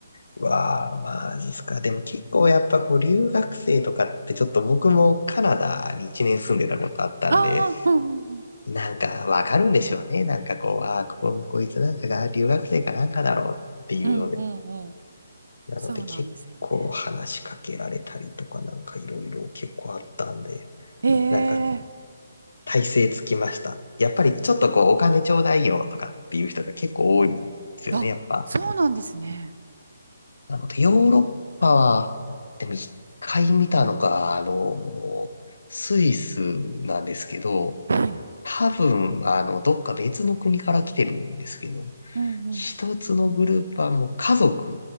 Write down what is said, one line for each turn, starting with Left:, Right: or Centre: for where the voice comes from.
Left: わあ、マジっすか。でも結構やっぱこう留学生とかってちょっと僕もカナダに1年住んでたことあったんで、
Right: あ、うんうん
Left: なんかわかるんでしょうね。なんかこう、ああ、ここ、こいつなんかが留学生かなんかだろうっていうので。
Right: うん、うんうんうん。
Left: なので結構話しかけられたりとかなんかいろいろ結構あったんで、
Right: そうなんですよね。ええ
Left: なんか体勢つきました。やっぱりちょっとこうお金ちょうだいよとかっていう人が結構多いんですよね、
Right: あ、
Left: やっぱ。
Right: そうなんですね。
Left: なので、ヨーロッパは、でも一回見たのが、あの、スイスなんですけど、
Right: はい。
Left: 多分、あの、どっか別の国から来てるんですけど、
Right: うんうん。
Left: 一つのグループはもう家族